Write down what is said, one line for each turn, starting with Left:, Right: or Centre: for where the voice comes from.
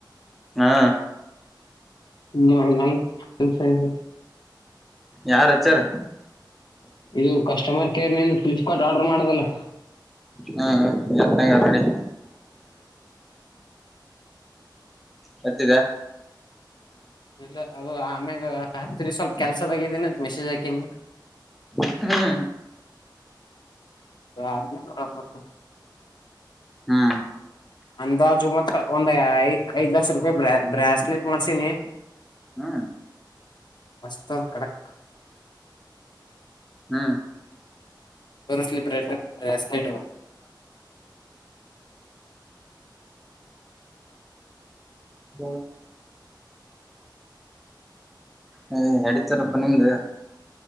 Centre: ಹಾ
Left: ನೋಡುಮ ಕೆಲ್ಸ ಇದೆ
Centre: ಯಾರಚ್ಚಾರ
Left: ಇದು ಕಸ್ಟಮರ್ ಕೇರ್ ನಿ ಫ್ಲಿಪ್ಕಾರ್ಟ್ ಆರ್ಡರ್ ಮಾಡದಲ್ಲ
Centre: ಹ್ಮ್ ಎತ್ತ ತಗಂಡ್ ಹೊಡಿ ಹತಿದ
Left: ಇಲ್ಲ ಅದು ಆಮ್ಯಾಗ ಹತ್ರಿ ಸ್ವಲ್ಪ ಕೆಲ್ಸದಾಗಿದೀನಂತ ಮೆಸೇಜ್ ಹಾಕಿನಿ
Centre: ಹ್ಮ್
Left: <unintelligible> <inaudible>
Centre: ಹ್ಮ್
Left: ಅಂದಾಜು ಮತ್ತಾ ಒಂದು ಲಕ್ಷ ರೂಪಾಯ ಬ್ರಸ್ಲೆಟ್ ಮಾಡಸಿನೀ
Centre: ಹ್ಮ್
Left: ಮಸ್ತದ ಕಡಕ್
Centre: ಹ್ಮ್
Left: ತರಿಸ್ಲಿ ಬ್ರಾಸ್ಲೆಟ್
Centre: <unintelligible> ಹ್ಮ ಅಡಿತರ ಅಮೇಲೆ